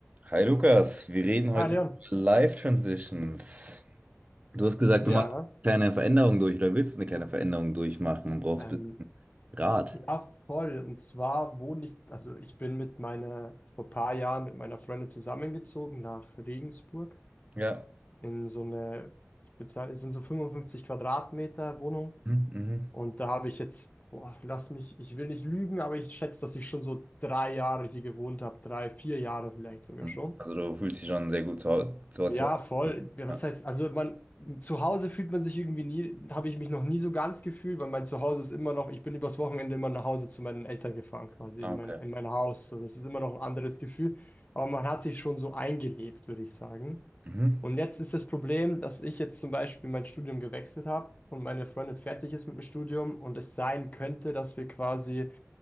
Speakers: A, on the right; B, on the left.
A: Hi Lukas, wir reden heute
B: Ah, Leon.
A: über Life Transitions. Du hast gesagt,
B: Ja,
A: du machst eine kleine Veränderung durch oder willst eine kleine Veränderung durchmachen und brauchst
B: ähm,
A: ein bisschen Rat.
B: ja, voll. Und zwar wohne ich, also ich bin mit meiner, vor ein paar Jahren mit meiner Freundin zusammengezogen nach Regensburg
A: Ja.
B: in so eine, ich bezahle, es sind so 55 Quadratmeter Wohnung.
A: Mhm,
B: Und da habe ich jetzt, boah, lass mich, ich will nicht lügen, aber ich schätze, dass ich schon so drei Jahre hier gewohnt habe, drei, vier Jahre vielleicht sogar
A: mhm.
B: schon.
A: Also du fühlst dich schon sehr gut zu Hause. Zu,
B: Ja,
A: zu Hause.
B: voll. Ja,
A: Ja.
B: Was heißt, also man, zu Hause fühlt man sich irgendwie nie, habe ich mich noch nie so ganz gefühlt, weil mein Zuhause ist immer noch, ich bin übers Wochenende immer nach Hause zu meinen Eltern gefahren, quasi
A: Ah,
B: in
A: okay.
B: mein, in mein Haus. So, das ist immer noch ein anderes Gefühl. Aber man hat sich schon so eingelebt, würde ich sagen.
A: Mhm.
B: Und jetzt ist das Problem, dass ich jetzt zum Beispiel mein Studium gewechselt habe und meine Freundin fertig ist mit dem Studium und es sein könnte, dass wir quasi